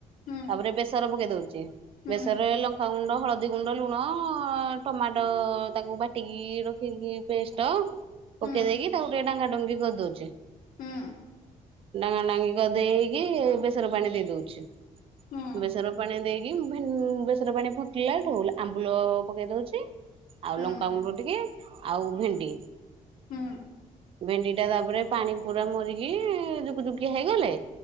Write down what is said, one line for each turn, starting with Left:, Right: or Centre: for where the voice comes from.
Left: ହୁଁ
Right: ତାପରେ ବେସର ଦେଇ ଦଉଛି
Left: ହୁଁ
Right: ବେସରରେ ଲଙ୍କାଗୁଣ୍ଡ ହଳଦୀ ଗୁଣ୍ଡ ଲୁଣ ଟମାଟୋ ତାକୁ ବାଟି କି ରଖିକି ପେଷ୍ଟ ପକେଇ
Left: ହୁଁ
Right: ଦେଇକି ତାକୁ ଟିକେ ଡାଙ୍ଗା ଡଙ୍ଗି ଦଉଛି
Left: ହୁଁ
Right: ଡାଙ୍ଗା ଡାଙ୍ଗି କରିଦେଇକି। ବେସର ପାଣି ଦେଇ ଦଉଛି
Left: ହୁଁ
Right: ବେସର ପାଣି ଦେଇକି ବେସର ପାଣି ଫୁଟିଲାଠୁ ଆମ୍ବୁଲ ପକେଇ ଦଉଛି। ଆଉ
Left: ହୁଁ
Right: ଲଙ୍କାଗୁଣ୍ଡ ଟିକେ ଆଉ ଭେଣ୍ଡି
Left: ହୁଁ
Right: ଭେଣ୍ଡି ଟା ତାପରେ ପାଣି ପୁରା ମରିକି ଜୁକୁ ଜୁକିଆ ହେଇଗଲେ।